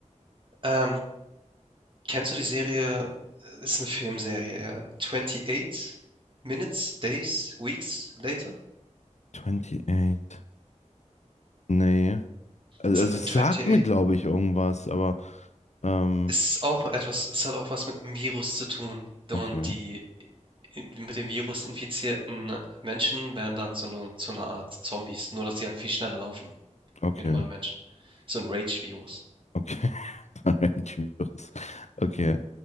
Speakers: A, on the right; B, on the left.
A: ähm, kennst du die Serie äh, ist eine Filmserie, ja, „28 Minutes, Days, Weeks Later“?
B: 28. Nee. Also,
A: Es
B: also
A: hat mit
B: es
A: „28“
B: sagt mir, glaube ich, irgendwas, aber ähm,
A: Es ist auch etwas es hat auch was mit einem Virus zu tun und
B: okay,
A: die mit dem Virus infizierten Menschen werden dann so eine zu 'ner Art Zombies, nur dass sie halt viel schneller laufen
B: okay,
A: wie normale Menschen. So ein Rage-Virus.
B: okay. <laughs> Alright, schwierig. Okay.